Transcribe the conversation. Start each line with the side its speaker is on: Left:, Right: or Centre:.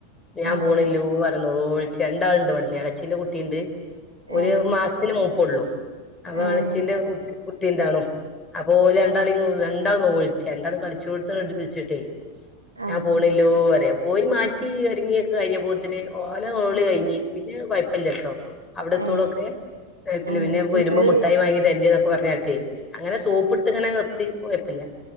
Left: ഞാൻ
Right: ആഹ്
Left: പോണില്ലൂ വരന്നോളൂ ഒഴിച്ച് രണ്ടാളുണ്ട് ഇവിടന്ന് ഞങ്ങളച്ചിൻ്റെ കുട്ടി ഒണ്ട് ഒരു
Right: ഏഹ്
Left: മാസത്തിന് മൂപ്പ് ഉള്ളു അപ്പൊ
Right: ഏഹ്
Left: ഇളച്ചിന്റെ കു കുട്ടി എന്താണും അപ്പൊ ഓര് രണ്ടാളെ
Right: ആഹ്
Left: രണ്ടാളും കളിച്ചേ രണ്ടാളും കളിച്ചു കൊടുത്ത വിളിച്ചിട്ടേ ഞാൻ
Right: ആഹ്
Left: പോണില്ലോ പറയും പോയി മാറ്റി ഒരുങ്ങിയൊക്കെ കഴിഞ്ഞ പോത്തിന് ഓല ഓള് കഴിഞ്ഞി പിന്നെ കൊഴപ്പല്ല ട്ടോ അവിടെത്തോളൊക്കെ
Right: ഏഹ്
Left: <unintelligible> പിന്നെ
Right: ആഹ്
Left: വരുമ്പം
Right: ഇവള്
Left: മുഠായി വാങ്ങി തരണ്ട്ന്നൊക്കെ പറഞ്ഞാട്ടെ അങ്ങനെ സോപ്പിട്ടിങ്ങനെ നിർത്തി കൊയപ്പല്ല